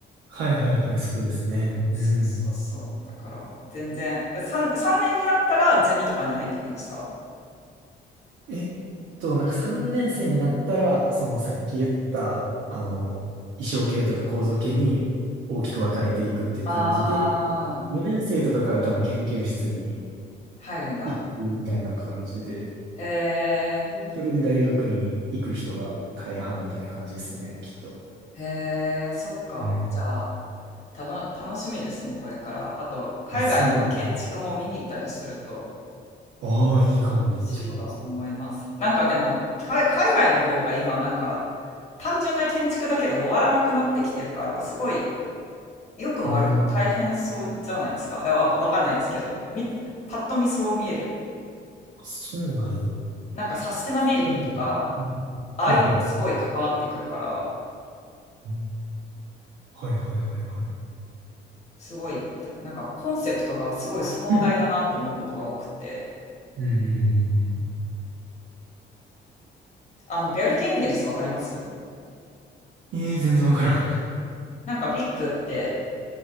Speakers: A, on the right (about 70°); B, on the left (about 35°).
A: はいはいはい、そうですね。
B: そうそうそう。
A: うん。
B: だから全然、3、3年になったらゼミとかに入っていくんですか
A: えっと、なんか3年生になったら、そのさっき言った、あの、衣装系とか構造系に大きく分かれていくっていう感じで、
B: ああー、
A: 4年生とかから多分研究室に
B: 入るんだ。
A: 行くみたいな感じで、
B: へえ、
A: それで大学院行く人が大半みたいな感じですね、きっと。
B: へえ、そっか。
A: うん
B: じゃあ、たの、楽しみですね、これから。あと、海外の建築も見に行ったりすると
A: いや、そうです。ああ、いいかも、
B: 楽しいと思います。
A: めっちゃ。
B: なんかでも、か海外の方が今なんか、単純な建築だけで終わらなくなってきてるから、すごい、良くも悪くも大変そうじゃないですか。
A: うん。
B: いや、わか、わかんないですけど、み、パッと見そう見える。
A: あそうなんや。
B: なんかサステナビリティとか、
A: はい。うん。
B: ああいうのがすごい関わってくるから、
A: はいはい。うんはいはいはいはい。
B: すごい、たなんかコンセプトがすごい壮大だなって思うことが多くて。
A: うん。うんうんうん
B: あの、ビャルケ・インゲルスわかります
A: うん。ええー、全然わからん。<laughs>
B: なんかビッグって